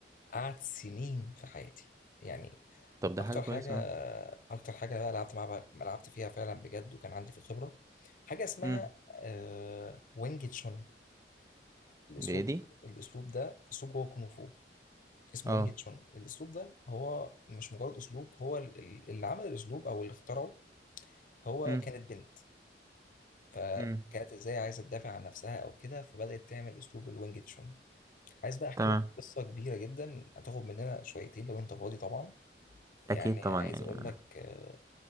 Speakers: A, on the left; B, on the right.
A: قعد سنين في حياتي يعني
B: طب ده
A: اكتر
B: حاجة كويسة
A: حاجه
B: اه
A: اكتر حاجه بقى لعبت معاها لعبت فيها فعلا بجد وكان عندي في خبره حاجه اسمها
B: امم
A: آه وينج تشون الاسلوب
B: دي ايه دي
A: الاسلوب ده اسلوب جوه الكونغ فو اسمه
B: اه
A: وينج تشون الاسلوب ده هو مش مجرد اسلوب هو ال- ال- اللي عمل الاسلوب او اللي اخترعه هو
B: امم
A: كانت بنت فكانت
B: امم
A: ازاي عايزه تدافع عن نفسها او كده فبدات تعمل اسلوب الوينج تشون عايز بقى احكي
B: تمام
A: لك قصه كبيره جدا هتاخد مننا شويتين لو انت فاضي طبعا يعني
B: اكيد طبعا يعني
A: عايز اقول
B: ما.
A: لك آه،